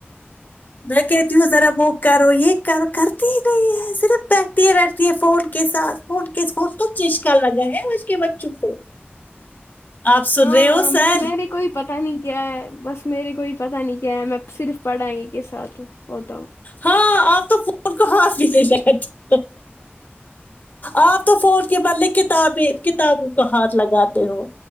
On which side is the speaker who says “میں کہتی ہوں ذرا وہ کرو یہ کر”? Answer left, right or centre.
Left